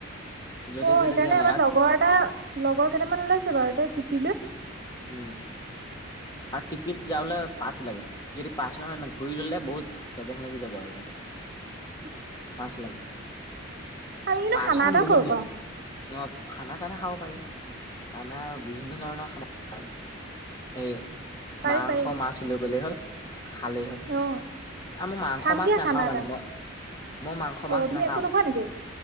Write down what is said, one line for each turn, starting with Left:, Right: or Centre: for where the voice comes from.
Left: য'তে
Right: অ
Left: ত'তে
Right: সেইকাৰণে
Left: দিয়া নাই
Right: আমাৰ
Left: আৰু
Right: লগৰ এটা লগৰ কেইটামান ওলাইছে বাৰু তই টিপৈ
Left: হম আৰু টিপিত যাাবলৈ পাছ লাগে যদি পাছ নহয় ন ধৰি ললে বহুত কেজেং লাগি যাব আৰু ত
Right: <inaudible>
Left: পাঁচ লাগে
Right: আমি কিন্তু
Left: পাঁচখন
Right: খানা এটা
Left: বহুত
Right: খাব
Left: ম
Right: পাৰো।
Left: অ খানা চানা খাব পাৰি। খানা বিভিন্ন ধৰণৰ খানা খাই এই
Right: পাৰি
Left: মাংস
Right: পাৰি
Left: মাছ লৈ গ'লে হল। খালেই হল,
Right: অ',
Left: আৰু মই মাংস
Right: খাম
Left: মাছ
Right: দিয়া
Left: নাখাও,
Right: খানা
Left: মানে,
Right: এটা।
Left: মই মই মাংস
Right: অ',
Left: মাছ
Right: তুমি
Left: নাখাওঁ।
Right: একো নোখোৱা নেকি?